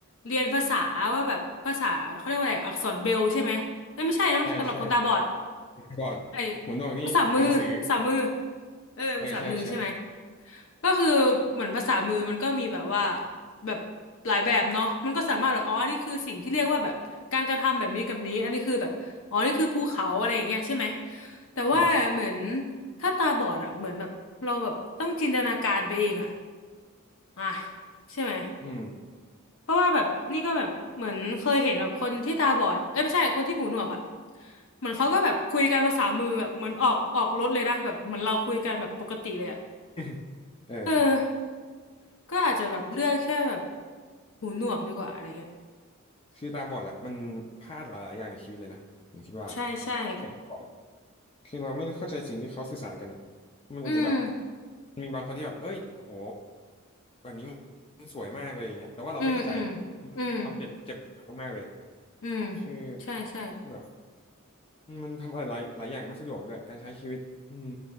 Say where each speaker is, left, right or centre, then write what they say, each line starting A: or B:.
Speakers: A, on the left; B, on the left.
A: เรียนภาษาว่าแบบภาษาเขาเรียกว่าอะไรอักษรเบรลใช่ไหมเอ้ยไม่ใช่นะมันสำหรับคนตาบอด
B: ใช่ใช่ก่อนหูหนวกนี่อ่านหนังสือ
A: ไอ้ภาษามือภาษามือเออภาษามือใช่ไหม
B: เออใช่ใช่
A: ก็คือเหมือนภาษามือมันก็มีแบบว่าแบบหลายแบบเนาะมันก็สามารถแบบอ๋อนี่คือสิ่งที่เรียกว่าแบบการกระทำแบบนี้กับนี้อันนี้คือแบบอ๋อนี่คือภูเขาอะไรอย่างเงี้ยใช่ไหมแต่ว่าเหมือน
B: อืม
A: ถ้าตาบอดอะเหมือนแบบเราแบบต้องจินตนาการไปเองอะอ่ะใช่ไหม
B: อืม
A: เพราะว่าแบบนี่ก็แบบเหมือนเคยเห็นแบบคนที่ตาบอดเอ้ยไม่ใช่คนที่หูหนวกอะเหมือนเขาก็แบบคุยกันภาษามือแบบเหมือนออกออกรถเลยนะแบบเหมือนเราคุยกันแบบปกติเลยอะ
B: <laughs> เออ
A: เออ ก็อาจจะแบบเลือกแค่แบบ
B: ก็
A: หูหนวกดีกว่าอะไรเงี้ย
B: คือตาบอดอะมันพลาดหลายๆอย่างในชีวิตเลยนะผมคิดว่า
A: ใช่ใช่
B: แค่บอกคือเราไม่ได้เข้าใจสิ่งที่เขาสื่อสารกันอะมันอาจจะแบบ
A: อืม
B: มีบางคนที่แบบเอ้ยโหแบบนี้มันสวยมากเลยอย่างเงี้ยแต่ว่าเราไม่เข้าใจอะมันเป็นความเจ็บเจ็บปวดมากๆเลย
A: อืมอืมอืมอืม
B: คือ
A: ใช่ใช่
B: แบบ อืมมันทำอะไรหลายหลายอย่างไม่สะดวกด้วยการใช้ชีวิตอืม